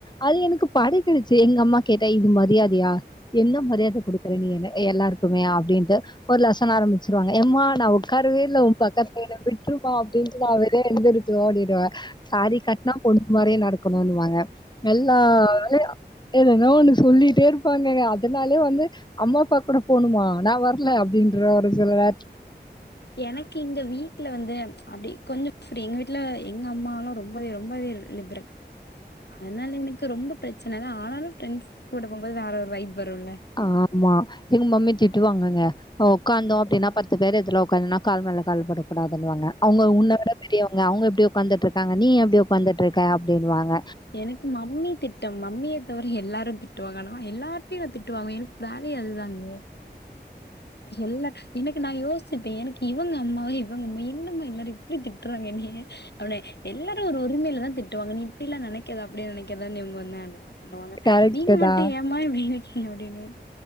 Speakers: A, on the left; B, on the left.
A: அது எனக்கு பழகிடுச்சு எங்க அம்மா கேட்டா இது மரியாதையா என்ன மரியாத குடுக்குற நீனு எல்லாருக்குமே அப்டின்ட்டு ஒரு லெசன் ஆரம்பிச்சிருவாங்க எம்மா நா உக்காரவே இல்ல உ பக்கத்துல விட்ருமா அப்டின்ட்டு நா வெளிய எந்திருச்சு ஓடிடுவ சாரீ கட்னா பொண்ணு மாரியே நடக்கணுன்னுவாங்க எல்லா வேலையு எதன்னா ஒண்ணு சொல்லிட்டே இருப்பாங்க அதனாலயே வந்து அம்மா அப்பா கூட போணுமா நா வர்ல அப்டின்றுவ ஒரு சில நேர
B: எனக் கிங்க வீட்ல வந்து அப்டி கொஞ்சோ ஃப்ரீ எங்க வீட்ல எங்க அம்மாலா ரொம்பவே ரொம்பவே லிபரல் அதனால எனக்கு ரொம்ப பிரச்சன ஆனாலு ஃப்ரண்ட்ஸ் கூட போம்போது வேற ஒரு வைப் வருல்ல
A: ஆமா எங்க மம்மி திட்டு வாங்கங்க உக்காந்தோ
B: வருல்ல
A: அப்டின்னா ப த்து பேர் எதுர்ல உக்காந்தனா கால் மேல கால் போடக்கூடாதுனு வாங்க அவங்க உன்ன விட பெரியவங் க அவங்க எப்படி உக்காந்துட்டு இருக்காங்க நீ எப்படி உக்காந்துட்டு இருக்க அப்படின்வாங்க.
B: எனக்கு மம்மி திட்டம் மம்மிய பொறுத்தவரை எல்லாரு திட்டுவாங்க நா எல்லார்ட்டயு திட்டு வாங்வே எனக்கு வேலையே அதுதாங்க எல்லா எனக்கு நா யோசிச்சிப்ப எனக்கு இவங்க அம்மாவ இவங்க அம்மா என்னம்மா எல்லாரு இப்டி திட் றாங்க என்னைய உடனே எல்லாரு ஒரு உரிமையிலதா திட்டுவாங்க நீ இப்பிடி எல்லா நெனைக்காத அப்டி நெனைக்காதன்னு இவங்க வந்து அட்வைஸ் பண்ணுவாங்க
A: கரெக்ட்டு
B: நீங்க மட்டு
A: தா
B: ஏமா இப்டி இருக்கிங்க அப்டின்னுவ